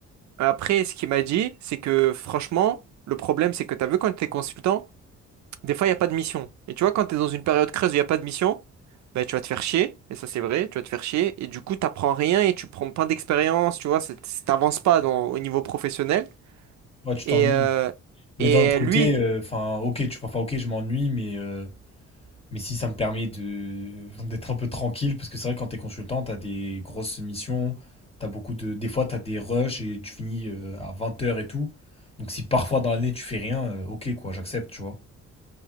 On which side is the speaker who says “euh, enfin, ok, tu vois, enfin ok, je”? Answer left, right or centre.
Left